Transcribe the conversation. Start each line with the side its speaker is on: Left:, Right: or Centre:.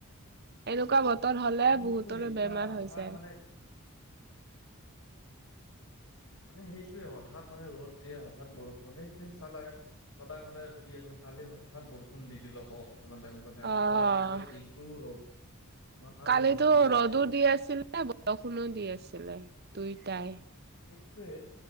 Right: এনেকুৱা বত ৰ হলে
Left: মানে সেইটোয়ে
Right: বহুতৰে
Left: এতিয়া
Right: বেমাৰ
Left: হঠাৎ
Right: হৈ যায়।
Left: মানে মানে সেইটোোৱে হঠাৎ মানে ৰ'দ দিয়ে, হঠাৎ বৰষুণে এইকেইদিন চালাই সদায় সদায় দি আ কালি হঠাৎ বৰষুণ দি দিলো আকৌ অকনমান টাইমৰ কাৰণে আকৌ
Right: অ',
Left: আজি পৰা দিনতটো ৰ'দ। ইমান
Right: কালিতো
Left: ৰ'দ দিলে
Right: ৰ'দো
Left: আজি
Right: দি আছিলে, বৰষুণো দি আছিলে দুইটাই।
Left: সেইটোৱে